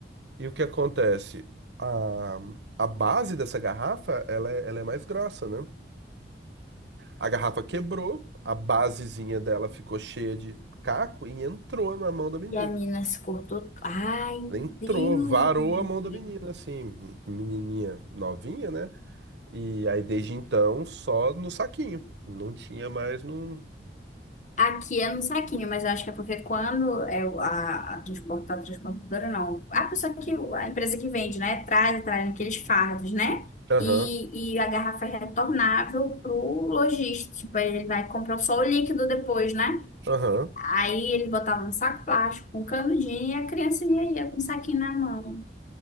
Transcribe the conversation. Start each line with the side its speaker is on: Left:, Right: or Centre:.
Right: e o que acontece? A, a base dessa garrafa, ela é, ela é mais grossa, né? A garrafa quebrou, a basezinha dela ficou cheia de caco e entrou na mão da menina.
Left: E a mina se cortou. Ai,
Right: Né, Entrou,
Left: Deus
Right: varou
Left: do
Right: a mão da
Left: céu.
Right: menina, assim, menininha novinha, né? E aí desde então só no saquinho, não tinha mais no.
Left: Aqui é no saquinho, mas eu acho que é porque quando é o- a, a transportadora, transportadora não, a pessoa que, a empresa que vende, né, traz, traz aqueles fardos, né,
Right: Aham,
Left: e, e a garrafa é retornável pro lojista, tipo, aí ele vai comprar só o líquido depois, né,
Right: aham.
Left: aí ele botava no saco plástico, com um canudinho, e a criancinha ia com o saquinho na mão.